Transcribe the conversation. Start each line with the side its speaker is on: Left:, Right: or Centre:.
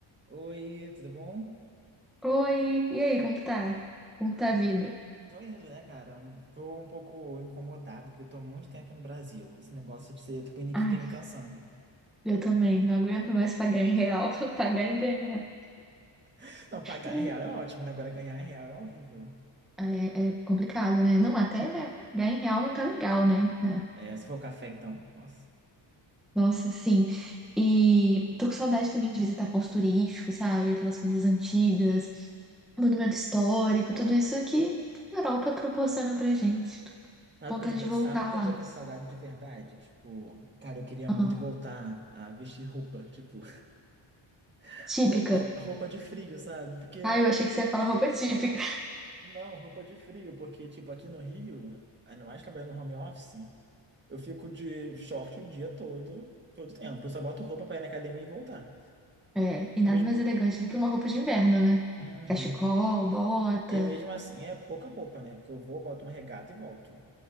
Right: Oi, tudo bom?
Centre: Oi, e aí, como que tá? Como que
Right: Ai,
Centre: tá a vida?
Right: tô indo, né, cara? Um, Tô um pouco incomodado que eu tô há muito tempo no Brasil. Esse negócio de ser tupiniquim
Centre: Ai,
Right: tá me cansando.
Centre: eu também, não aguento mais pagar em real, <laughs> pagar e ganhar.
Right: <laughs> Não, pagar
Centre: Ih.
Right: em real é ótimo, né? Agora ganhar em real é horrível.
Centre: É, é complicado, né? Não, até pagar em real não tá legal, né? É.
Right: É, se for café, então. Nossa.
Centre: Nossa, sim. E tô com saudade também de visitar pontos turísticos, sabe? Aquelas coisas antigas, monumento histórico, tudo isso que a Europa proporciona pra gente. Tô
Right: Sabe
Centre: com vontade
Right: que eu tô, com-
Centre: de voltar
Right: sabe que
Centre: lá.
Right: eu tô com saudade de verdade? Tipo, cara, eu queria
Centre: Ah,
Right: muito voltar a vestir roupa, tipo, <laughs>
Centre: típica.
Right: rou- rou- roupa de frio, sabe? Porque,
Centre: Ah, eu achei que você ia falar roupa típica.
Right: não, roupa de frio, porque, tipo, aqui no Rio, ainda mais trabalhando no home office. Eu fico de short o dia todo, todo tempo. Eu só boto roupa pra ir na academia e voltar.
Centre: É, e
Right: É
Centre: nada
Right: mesmo...
Centre: mais elegante do que uma roupa de inverno, né?
Right: Uhum.
Centre: Cachecol, bota.
Right: E mesmo assim é pouca roupa, né? Porque eu vou, boto uma regata e volto.